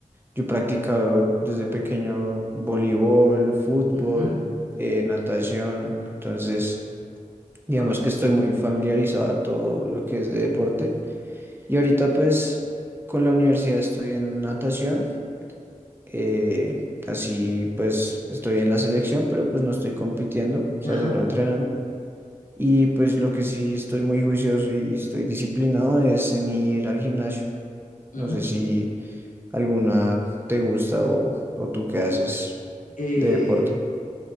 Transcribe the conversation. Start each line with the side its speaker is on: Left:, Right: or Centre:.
Right: yo he practicado desde pequeño voleibol, fútbol,
Left: Ujú,
Right: eh, natación. Entonces,
Left: Wow.
Right: digamos que estoy muy familiarizado a todo lo que es de deporte. Y ahorita pues con la universidad estoy en natación, eh, así pues estoy en la selección, pero pues no estoy compitiendo, o sea,
Left: Ajá,
Right: solo entrenando. Y pues lo que sí estoy muy juicioso y estoy disciplinado es en ir al gimnasio.
Left: ujú.
Right: No sé si alguna te gusta o, o tú qué haces
Left: Eh,
Right: de deporte.